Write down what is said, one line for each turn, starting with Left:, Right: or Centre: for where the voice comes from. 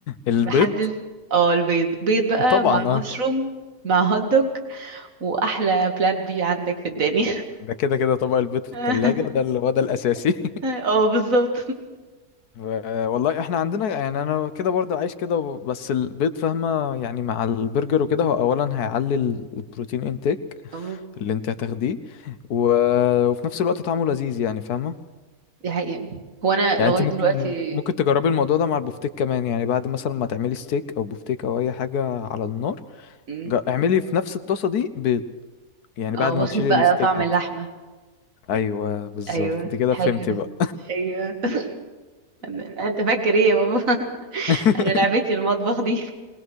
Left: البيض
Right: محدش اه البيض بيض بقى
Left: طبعا
Right: مع مشروم
Left: اه
Right: مع هوت دوج واحلى بلان بي عندك في الدنيا
Left: ده كده كده طبق البيض في
Right: <laughs>
Left: التلاجة ده اللي هو ده الاساسي <laughs>
Right: اه بالظبط
Left: و- والله احنا عندنا يعني انا كده برضه عايش كده و- بس البيض فاهمه يعني مع البرجر وكده هو اولا هيعلي ال- البروتين انتيك
Right: أم-
Left: اللي انت هتاخديه و... وفي نفس الوقت طعمه لذيذ يعني فاهمه
Right: دي حقيقة هو انا لغايه
Left: يعني انت ممكن
Right: دلوقتي
Left: ممكن تجربي الموضوع ده مع البفتيك كمان يعني بعد مثلا ما تعملي ستيك او بفتيك او اي حاجه على النار
Right: مم.
Left: جا- اعملي في نفس الطاسه دي بيض يعني
Right: اه
Left: بعد
Right: واخد
Left: ما تشيلي
Right: بقى
Left: الستيك
Right: طعم
Left: حتى
Right: اللحمه
Left: ايوه بالظبط
Right: ايوه
Left: انت كده
Right: حلو
Left: فهمتي
Right: ده
Left: بقى
Right: ايوه <laughs> انت فاكر ايه يا بابا <laughs>
Left: <laughs>
Right: انا لعبتي المطبخ دي